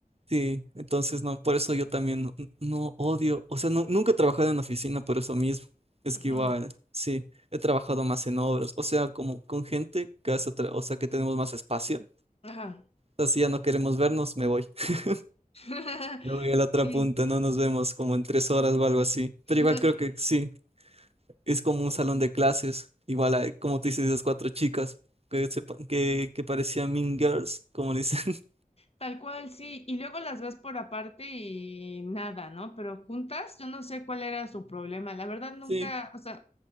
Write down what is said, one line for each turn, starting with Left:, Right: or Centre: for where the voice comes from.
Right: sí. Entonces, no, por eso yo también no, no odio, o sea, nu- nunca he trabajado en oficina por eso mismo. Es
Left: ujú,
Right: que igual, sí, he trabajado más en obras, o sea, como con gente que hace, otra- o sea, que tenemos más espacio.
Left: Ajá.
Right: Así ya no queremos vernos, me voy. <laughs>
Left: <laughs>
Right: Me voy a la otra
Left: Sí,
Right: punta, no nos vemos como en tres horas o algo así.
Left: <laughs>
Right: Pero igual creo que sí, es como un salón de clases. Igual, hay, como tú dices, esas cuatro chicas que, se pa- que, que parecían Mean Girls, como le dicen. <laughs>
Left: tal cual, sí. Y luego las ves por aparte y nada, ¿no? Pero juntas, yo no sé cuál era su problema. La verdad, nunca,
Right: Sí,
Left: o sea,